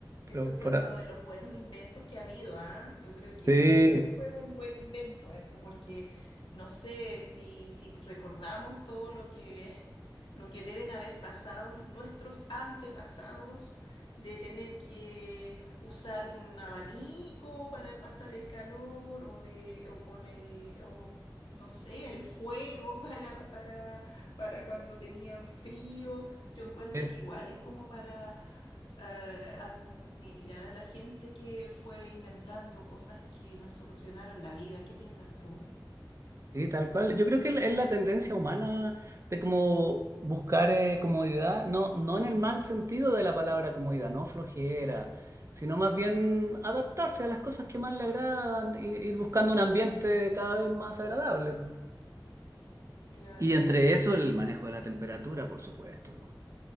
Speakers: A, on the left (about 80°); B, on the right (about 40°).
A: Eso
B: Pero
A: fue
B: por
A: uno
B: a-
A: de los buenos inventos que ha habido, ¿ah? Yo creo que
B: Sí,
A: sí que fue un buen invento ese, porque no sé si, si recordamos todo lo que, lo que deben haber pasado nuestros antepasados de tener que usar un abanico para pasar el calor o de, o con el, o no sé, el fuego <laughs> para, para, para cuando tenían frío. Yo encuentro
B: sí.
A: que igual es como para eh, admirar a la gente que fue inventando cosas que nos solucionaron la vida. ¿Qué piensas tú?
B: Sí, tal cual. Yo creo que es la tendencia humana de como buscar eh, comodidad, no, no en el mal sentido de la palabra comodidad, no flojera, sino más bien
A: Mm,
B: adaptarse a las cosas que más le agradan, ir, ir buscando un ambiente cada vez más agradable. po.
A: Claro,
B: Y entre eso el
A: claro.
B: manejo de la temperatura, por supuesto.